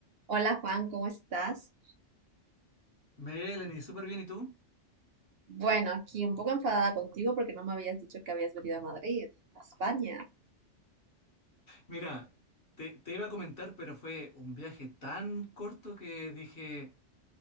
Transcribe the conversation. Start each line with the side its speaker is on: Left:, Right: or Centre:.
Right: Hola Juan, ¿cómo estás?
Left: Melanie, súper bien, ¿y tú?
Right: Bueno, aquí un poco enfadada contigo porque no me habías dicho que habías venido a Madrid, a España.
Left: Mira, te, te iba a comentar, pero fue un viaje tan corto que dije,